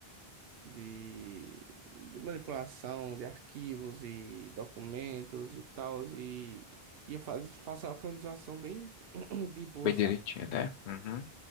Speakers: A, on the right; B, on the left.
A: de, de manipulação de arquivos e documentos e tal, e, e eu faz, faço a organização bem <clears throat> de boa,
B: Bem
A: sabe?
B: direitinho, né? Uhum.